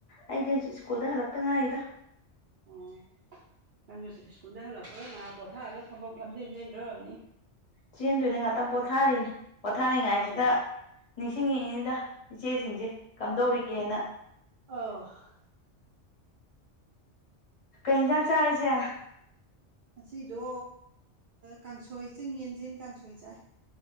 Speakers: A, on the left; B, on the right.
A: ꯑꯩꯗꯤ ꯍꯧꯖꯤꯛ ꯁ꯭ꯀꯨꯜꯗ ꯍꯜꯂꯛꯇ ꯉꯥꯏꯔꯤꯗ
B: ꯑꯣ ꯅꯪꯗꯨ ꯁ꯭ꯀꯨꯜꯗ ꯍꯜꯂꯛꯄꯒ ꯉꯥꯏꯍꯥꯛ ꯄꯣꯊꯥꯔꯥꯒ ꯊꯕꯛ ꯂꯝꯖꯦꯟ ꯆꯦꯟꯗꯣꯏ ꯑꯣꯏꯔꯝꯅꯤ
A: ꯆꯦꯟꯗꯣꯏꯅꯦ ꯉꯥꯛꯇꯪ ꯄꯣꯊꯥꯔꯤꯅꯦ ꯄꯣꯊꯥꯔꯤꯉꯥꯏꯁꯤꯗ
B: ꯑꯧ
A: ꯅꯤꯡꯁꯤꯡꯉꯛꯏꯅꯤꯗ ꯏꯆꯦꯁꯤꯡꯁꯦ ꯀꯝꯗꯧꯔꯤꯒꯦꯅ
B: ꯑ
A: ꯀꯩ ꯌꯦꯟꯖꯥꯡ ꯆꯔꯦ ꯏꯆꯦ
B: ꯑꯁꯤꯗꯣ ꯀꯥꯡꯁꯣꯏ ꯆꯤꯡ ꯌꯦꯟꯁꯤꯟ ꯀꯥꯡꯁꯣꯏ ꯆꯥꯏ